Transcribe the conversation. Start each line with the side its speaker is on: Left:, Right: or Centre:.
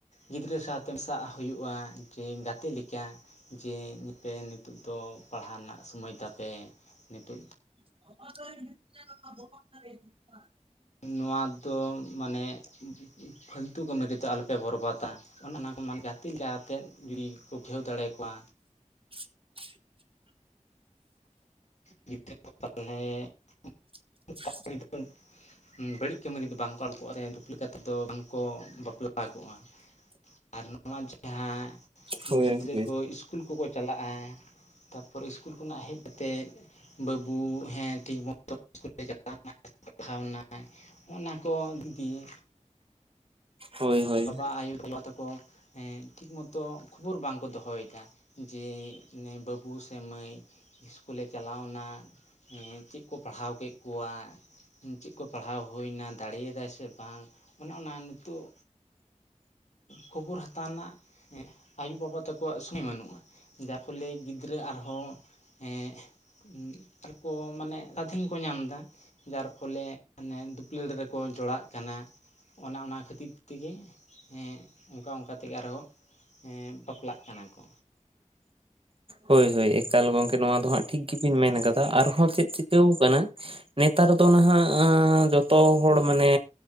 Left: ᱜᱤᱫᱽᱨᱟᱹ ᱥᱟᱶ ᱛᱮ ᱢᱮᱥᱟᱜ ᱦᱩᱭᱩᱜᱼᱟ ᱡᱮ ᱜᱟᱛᱮ ᱞᱮᱠᱟ ᱡᱮ ᱧᱯᱮ ᱱᱤᱛᱳ ᱫᱚ ᱯᱟᱲᱦᱟᱣ ᱨᱮᱱᱟᱜ ᱥᱩᱢᱟᱭ ᱯᱮ ᱱᱤᱛᱚᱜ
Right: <inaudible> <unintelligible>
Left: ᱱᱚᱣᱟ ᱫᱚ ᱢᱟᱱᱮ ᱯᱷᱟᱟᱹᱞᱛᱩ ᱠᱟᱹᱢᱤ ᱨᱮᱫᱚ ᱟᱞᱚᱯᱮ ᱵᱚᱨᱚᱵᱫᱟ ᱚᱱᱮ ᱚᱱᱟ ᱠᱚ ᱢᱟᱱ ᱜᱟᱛᱮ ᱡᱛᱮᱫ ᱡᱩᱫᱤ ᱠᱚ ᱜᱷᱮᱣ ᱫᱟᱲᱮᱭᱟ ᱠᱚᱣᱟ
Right: <inaudible>
Left: ᱜᱤᱫᱽᱨᱟᱹ ᱠᱚ ᱛᱟᱦᱮᱞᱮ <unintelligible>
Right: <inaudible>
Left: <inaudible> <unintelligible> ᱵᱟᱹᱲᱤᱡ ᱠᱟᱹᱢᱤ ᱨᱮᱮᱫᱚ ᱵᱟᱝᱠᱚ ᱟᱞᱩ ᱠᱚᱜᱼᱟ ᱫᱩᱯ ᱞᱮᱠᱟ ᱛᱮᱫᱚ ᱵᱟᱝᱠᱚ ᱵᱟᱯᱞᱟ ᱠᱚᱜᱼᱟ ᱟᱨ ᱱᱚᱣᱟ ᱡᱟᱦᱟᱸ
Right: ᱦᱳᱭ
Left: ᱜᱤᱫᱽᱨᱟᱹ
Right: ᱦᱳᱭ
Left: ᱠᱚ ᱤᱥᱠᱩᱞ ᱠᱚᱠᱚ ᱪᱟᱞᱟᱜᱼᱟ ᱛᱟᱯᱚᱨ ᱤᱥᱠᱩᱞ ᱠᱷᱚᱱᱟᱜ ᱦᱮᱡ ᱠᱟᱛᱮᱫ ᱵᱟᱹᱵᱩ ᱦᱮᱸ ᱴᱷᱤᱠ ᱢᱚᱛᱚ ᱤᱥᱠᱩᱞ ᱯᱮ ᱪᱟᱞᱟᱣ ᱞᱮᱱᱟ ᱥᱮ ᱵᱟᱝ <unintelligible> ᱯᱟᱲᱦᱷᱟᱣᱱᱟᱭ ᱦᱚᱜᱼ ᱱᱟ ᱠᱚ ᱫᱤᱠ ᱫᱤᱭᱮ
Right: ᱦᱳᱭ ᱦᱳᱭ
Left: ᱵᱟᱵᱟ ᱟᱭᱳ ᱛᱟᱠᱚ ᱴᱷᱤᱠ ᱢᱚᱛᱚ ᱠᱷᱚᱵᱚᱨ ᱵᱟᱝᱠᱚ ᱫᱚᱦᱚᱭᱫᱟ ᱡᱮ ᱵᱟᱹᱵᱩ ᱥᱮ ᱢᱟᱹᱭ ᱤᱥᱠᱩᱞᱮ ᱪᱟᱞᱟᱣᱱᱟ ᱪᱮᱫ ᱠᱚ ᱯᱟᱲᱦᱟᱣ ᱠᱮᱫ ᱠᱚᱣᱟ ᱪᱮᱫ ᱠᱚ ᱯᱟᱲᱦᱟᱣ ᱦᱩᱭᱱᱟ ᱫᱟᱲᱮᱭᱟᱫᱟᱭ ᱥᱮ ᱵᱟᱝ ᱚᱱᱮ ᱚᱱᱟ ᱱᱤᱛᱚᱜ ᱠᱷᱚᱵᱚᱨ ᱦᱟᱛᱟᱣ ᱨᱮᱱᱟᱜ ᱟᱭᱳᱼᱵᱟᱵᱟ ᱛᱟᱠᱚᱣᱟᱜ ᱥᱳᱚᱢᱚᱭ ᱵᱟᱹᱱᱩᱜᱼᱟ ᱡᱟ ᱠᱚ ᱞᱟ, ᱭ ᱜᱤᱫᱽᱨᱟᱹ ᱟᱨᱦᱚᱸ ᱮᱸ ᱟᱨᱠᱚ ᱢᱟᱱᱮ ᱥᱟᱫᱷᱤᱱ ᱠᱚ ᱧᱟᱢᱫᱟ ᱡᱟᱨ ᱯᱷᱚᱞᱮ ᱢᱟᱱᱮ ᱫᱩᱯᱞᱟᱹᱲ ᱨᱮᱠᱚ ᱡᱚᱲᱟᱜ ᱠᱟᱱᱟ ᱚᱱᱮ ᱚᱱᱟ ᱠᱷᱟᱹᱛᱤᱨ ᱛᱮᱜᱮ ᱦᱮᱸ ᱚᱱᱠᱟ ᱚᱱᱠᱟ ᱛᱮᱜᱮ ᱟᱨᱦᱚᱸ ᱵᱟᱯᱞᱟᱜ ᱠᱟᱱᱟ ᱠᱚ
Right: ᱦᱳᱭ ᱦᱳᱭ ᱮᱠᱟᱞ ᱜᱚᱝᱠᱮ ᱱᱚᱣᱟ ᱫᱚ ᱦᱟᱸᱜ ᱴᱷᱤᱠ ᱜᱮᱵᱤᱱ ᱢᱮᱱ
Left: ᱦᱮᱸ
Right: ᱠᱟᱫᱟ ᱟᱨᱦᱚᱸ ᱪᱮᱫ ᱪᱤᱠᱟᱹ ᱟᱠᱟᱱᱟ ᱱᱮᱛᱟᱨ ᱫᱚ ᱱᱟᱦᱟᱜ ᱡᱚᱛᱚ ᱦᱚᱲ ᱢᱟᱱᱮ